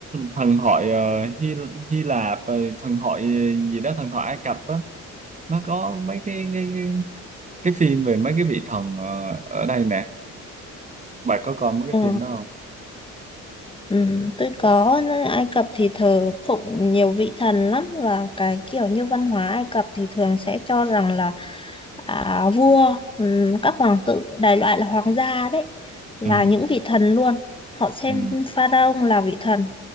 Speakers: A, on the right; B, on the left.
A: thần thoại ờ, Hy Hy Lạp rồi thần thoại gì đó thần thoại Ai Cập á nó có mấy cái cái cái, cái phim về mấy cái vị thần ờ, ở đây nè bà có coi mấy cái
B: ừ,
A: phim đó không
B: ừ, tôi có Ai Cập thì thờ phụng nhiều vị thần lắm và cái kiểu như văn hóa Ai Cập thì thường sẽ cho rằng là à, vua ừ, các hoàng tử đại loại là hoàng gia đấy là
A: ừ
B: những vị thần luôn họ xem
A: ừ
B: pharaoh là vị thần